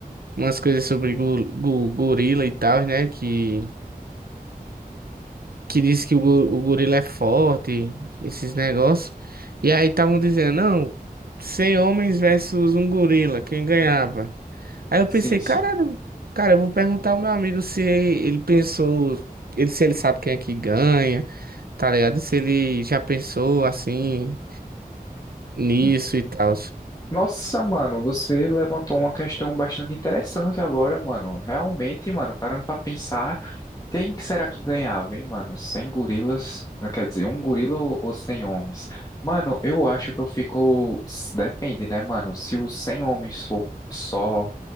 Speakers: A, on the right; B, on the left.
A: umas coisas sobre go, go- gorila e tal, né? Que, que diz que o, go- o gorila é forte, esses negócios. E aí estavam dizendo, não, 100 homens versus um gorila, quem ganhava? Aí eu
B: sim,
A: pensei,
B: sim.
A: caralho, cara, eu vou perguntar ao meu amigo se ele pensou, ele, se ele sabe quem é que ganha, tá ligado? Se ele já pensou assim nisso
B: Hum,
A: e tal.
B: Nossa, mano, você levantou uma questão bastante interessante agora, mano. Realmente, mano, parando pra pensar, quem que será que ganhava, hein, mano? 100 gorilas, não quer dizer, um gorila ou ou 100 homens? Mano, eu acho que eu fico. Depende, né, mano? Se os 100 homens for só.